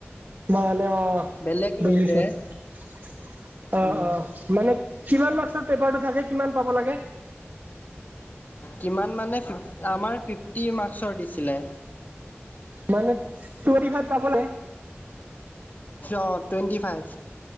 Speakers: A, on the right; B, on the left.
A: নল'লে অ'
B: বেলেগ
A: বুজিছোঁ।
B: নুশুধে
A: অ'-অ'
B: উম
A: মানে কিমান মাৰ্ক্সৰ পেপাৰটো থাকে, কিমান পাব লাগে?
B: কিমান মানে ফিফ আমাৰ ফিফটি মাৰ্ক্সৰ দিছিলে।
A: মানে টুৱেন্টি ফাইভ পাব লাগে।
B: অ' twenty five.